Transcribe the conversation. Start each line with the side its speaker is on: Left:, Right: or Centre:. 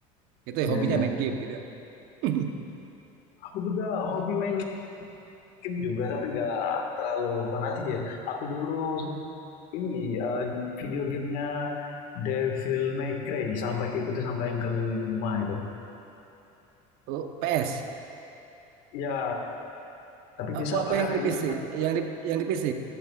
Right: itu
Left: iya
Right: ya hobinya
Left: ya.
Right: main game gitu <clears throat>
Left: Aku juga hobi main game juga, tapi nggak terlalu fanatik ya. Aku dulu ini eh, video gamenya Devil May Cry sampai ke ikuti sampai yang kelima itu.
Right: Oh, PS
Left: Ya, tapi bisa
Right: apa apa
Left: pakai
Right: yang di PC
Left: ini
Right: yang di yang di PC